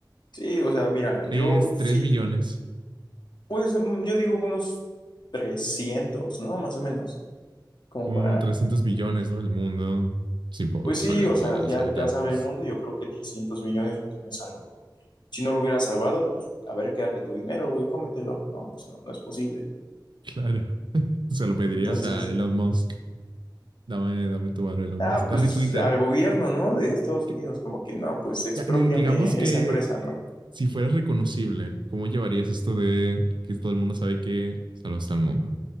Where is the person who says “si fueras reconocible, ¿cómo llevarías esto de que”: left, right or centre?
Right